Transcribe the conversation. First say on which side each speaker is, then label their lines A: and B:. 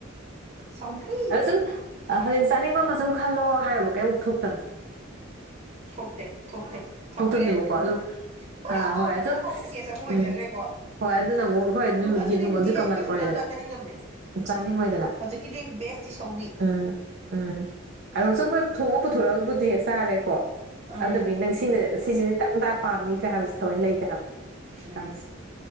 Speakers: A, on the right; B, on the right.
A: ꯁꯧꯒ꯭ꯔꯤ
B: ꯑꯗꯣ ꯁꯨꯝ ꯍꯖꯤꯛ ꯆꯥꯅꯤꯡꯕ ꯑꯃ ꯁꯨꯝ ꯈꯜꯂꯣ ꯍꯥꯏꯕꯨ ꯀꯩꯃꯨꯛ ꯊꯣꯛꯇꯕꯅꯤ
A: ꯊꯣꯛꯇꯦ ꯊꯣꯛꯇꯦ ꯊꯧꯒ꯭
B: ꯊꯣꯛꯇꯕꯅꯦꯕꯀꯣ
A: ꯍꯥꯏꯁꯤꯅꯦ ꯑꯗꯨꯅꯕꯨ
B: ꯑꯗꯨꯝ
A: ꯍꯈꯣꯏ
B: ꯑꯥ
A: ꯑꯍꯥꯎꯕꯅ
B: ꯍꯣꯏ ꯑꯗꯨꯝ
A: ꯑꯍꯥꯎꯕ ꯀꯦꯁ ꯑꯃ ꯑꯣꯏꯖꯈ꯭ꯔꯦꯀꯣ
B: ꯎꯝ ꯍꯣꯏ ꯑꯗꯨꯅ ꯑꯃꯨꯛ ꯍꯣꯏ ꯑꯗꯨꯝ
A: ꯑꯗꯨꯗꯤ
B: ꯌꯦꯟ ꯊꯣꯡꯕꯗꯨ
A: ꯅꯨꯡꯇꯤꯒꯤ ꯑꯩꯗꯤ
B: ꯀꯃꯟ
A: ꯀꯩꯁꯨ
B: ꯑꯣꯏꯔꯦꯗꯅ
A: ꯆꯥ ꯆꯥ ꯆꯥꯅꯤꯡꯗꯕꯅꯦ
B: ꯆꯥꯅꯤꯡꯉꯣꯏꯗꯅ
A: ꯍꯧꯖꯤꯛꯀꯤꯗꯤ ꯕꯦꯁꯇꯤ ꯁꯧꯒ꯭ꯔꯤ
B: ꯎꯝ ꯎꯝ ꯑ ꯁꯨꯝ ꯍꯣꯏ ꯊꯣꯡꯉꯒ ꯄꯨꯊꯣꯔꯛꯑꯒ ꯑꯗꯨ ꯍꯦꯛ ꯆꯥꯔꯦꯀꯣ
A: ꯎꯝ
B: ꯑꯗꯨꯗꯤ ꯅꯪ ꯁꯤꯅ ꯁꯤꯁꯤꯗꯤ ꯇꯪꯇꯥ ꯄꯥꯝꯃꯤ ꯀꯩ ꯍꯥꯏꯕꯁꯤ ꯊꯑꯣꯏꯅ ꯂꯩꯇꯦ ꯍꯥꯏꯕ ꯍꯧꯀꯥꯟꯁꯤ
A: ꯎꯝ